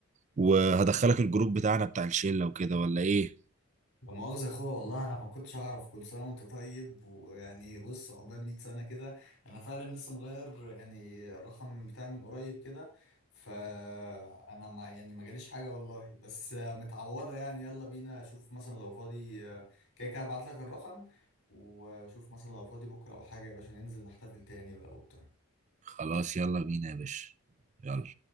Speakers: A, on the right; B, on the left.
A: وهدخلك الجروب بتاعنا بتاع الشله وكده ولا ايه
B: لا مؤاخذه يا اخويا والله انا ما كنتش اعرف كل سنه وانت طيب ويعني بص عقبال 100 سنه كده انا فعلا لسه مغير يعني الرقم بتاعي من قريب كده فانا ما يعني ما جاليش حاجه والله بس آه، متعوضه يعني يلا بينا اشوف مثلا لو فاضي آه، كده كده ابعت لك الرقم وشوف مثلا لو فاضي بكره او حاجه يا باشا ننزل نحتفل تاني بقى وبتاع
A: خلاص يلا بينا يا باشا يلا